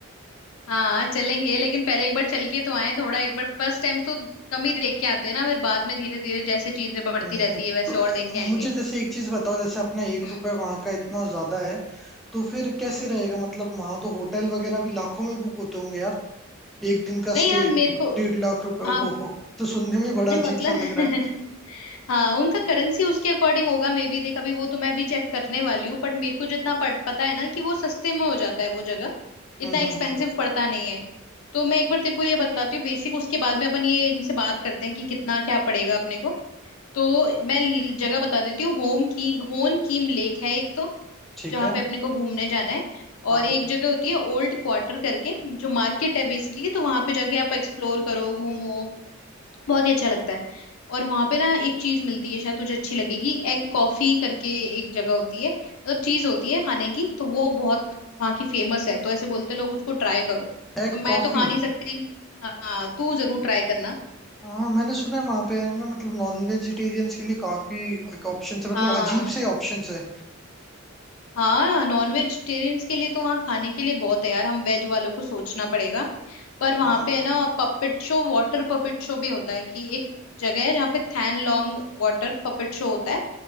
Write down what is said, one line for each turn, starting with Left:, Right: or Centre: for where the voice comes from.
Left: हाँ चलेंगे लेकिन पहले एक बार चल के तो आए थोड़ा एक बार फर्स्ट टाइम तो कम ही देख के आते हैं ना फिर बाद में धीरे धीरे जैसे चीजें बढ़ती
Centre: हम्म,
Left: रहती है वैसे
Centre: तो
Left: और
Centre: ए-
Left: देख के आएंगे
Centre: मुझे जैसे एक चीज बताओ जैसे अपना एक
Left: हम्म
Centre: रुपए वहाँ का इतना ज्यादा है तो फिर कैसे
Left: हम्म
Centre: रहेगा मतलब वहां तो होटल वगैरह भी लाखों में बुक होते होंगे यार एक दिन का
Left: नहीं
Centre: स्टे
Left: यार मेरे को
Centre: डेढ़ लाख रुपए
Left: हाँ
Centre: ओहो हो तो सुनने में बड़ा
Left: नहीं
Centre: अजीब
Left: मतलब
Centre: सा लग रहा है
Left: <laughs> हाँ उनका करेंसी उसके अकॉर्डिंग होगा मे बी देख अभी वो तो मैं भी चेक करने वाली हूँ बट मेरे को जितना पड़- पता है ना कि वो सस्ते में हो जाता है वो जगह इतना
Centre: हम्म हम्म
Left: एक्सपेंसिव
Centre: हम्म
Left: पड़ता नहीं है तो मैं एक बार तेरे को ये बताती हूँ बेसिक उसके बाद में अपन ये इनसे बात करते हैं कि कितना क्या पड़ेगा अपने को तो मैं ल- जगह बता देती हूँ Hoan Kiem Hoan Kiem lake है एक तो
Centre: ठीक
Left: जहाँ
Centre: है
Left: पे अपने को घूमने जाना है
Centre: हाँ
Left: और एक जगह होती है ओल्ड क्वार्टर करके जो मार्केट है बेसिकली तो वहां पे जाके आप एक्सप्लोर करो घूमो बहुत ही अच्छा लगता है और वहां पे ना एक चीज मिलती है शायद तुझे अच्छी लगेगी एग कॉफी करके एक जगह होती है मतलब चीज होती है खाने की तो वो बहुत वहाँ की फेमस है तो ऐसे बोलते हैं लोग उसको ट्राई करो
Centre: Egg
Left: तो मैं
Centre: coffee
Left: तो खा नहीं सकती हाँ तू जरूर ट्राई करना
Centre: हाँ मैंने सुना है वहां पे है ना मतलब नॉन वेजिटेरियंस के लिए काफी ऑप्शन है मतलब
Left: हाँ
Centre: अजीब से ऑप्शन है
Left: हाँ नॉन वेजिटेरियंस के लिए तो वहाँ खाने के लिए बहुत है यार हम वेज वालों को सोचना पड़ेगा पर वहाँ
Centre: हम्म
Left: पे है ना puppet show water puppet show भी होता है कि एक जगह है जहाँ पे Thang Long water puppet show होता है